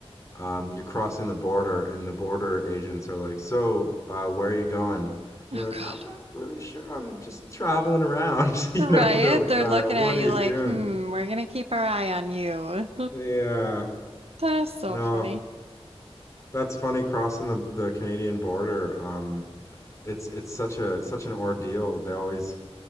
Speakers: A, on the left (about 30°); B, on the right (about 70°).
A: um you're crossing the border and the border agents are like, "So, uh, where are you going?" And you're
B: <laughs> Oh
A: like,
B: God.
A: "I'm not really sure. I'm just traveling around." <laughs> You
B: Right,
A: know, they're like,
B: they're
A: "Uh,
B: looking
A: what
B: at you
A: are you
B: like,
A: doing?"
B: hmm, we're gonna keep our eye on you.
A: Yeah.
B: That is so
A: No,
B: funny.
A: That's funny crossing the the Canadian border. Um, it's it's such a such an ordeal. They always